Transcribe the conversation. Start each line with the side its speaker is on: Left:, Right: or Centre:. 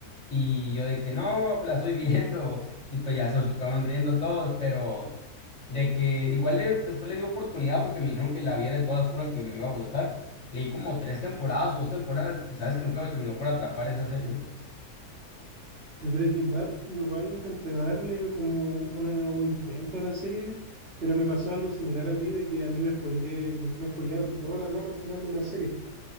Left: Y yo de que no, pues la estoy <laughs> viendo. Y pues ya se estaban riendo todos, pero de que igual le- después le di oportunidad porque me dijeron que la viera de todas formas que me iba a gustar. Leí como tres temporadas o dos temporadas y sabes que nunca me terminó por atrapar esa serie.
Right: De Breaking Bad, yo igual intenté darle como una, un intento a la serie, pero me pasó algo similar a ti, de que a mí me spoileé- me, me spoilearon toda la trama al final de la serie.